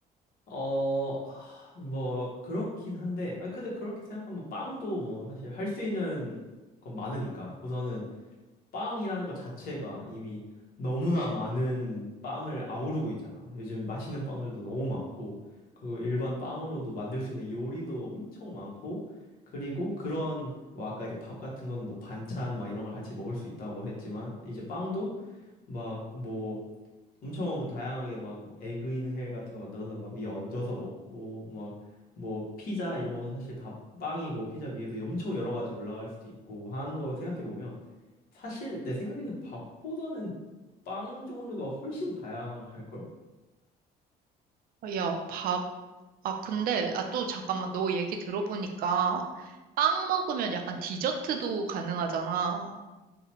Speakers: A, on the left; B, on the right.
A: 어, 아, 뭐 그렇긴 한데, 아 근데 그렇게 생각하면 뭐 빵도 뭐 사실 할 수 있는 건 많으니까 우선은 빵이라는 것 자체가 이미 너무나 많은 빵을 아우르고 있잖아. 요즘 맛있는 빵들도 너무 많고, 그 일반 빵으로도 만들 수 있는 요리도 엄청 많고, 그리고 그런 뭐 아까 이제 밥 같은 거는 뭐 반찬 막 이런 걸 같이 먹을 수 있다고 했지만 이제 빵도 막뭐 엄청 다양하게 막뭐 에그인 헬 같은 거 만들어서 막 위에 얹어서 먹고 막 뭐 피자 이런 것도 사실 다 빵이고 피자 위에도 엄청 여러 가지 올라갈 수도 있고 하는 거 생각해 보면 사실 내 생각에는 밥보다는 빵 종류가 훨씬 다양할 걸?
B: 야, 밥. 아, 근데 아 또 잠깐만 너 얘기 들어보니까 빵 먹으면 약간 디저트도 가능하잖아.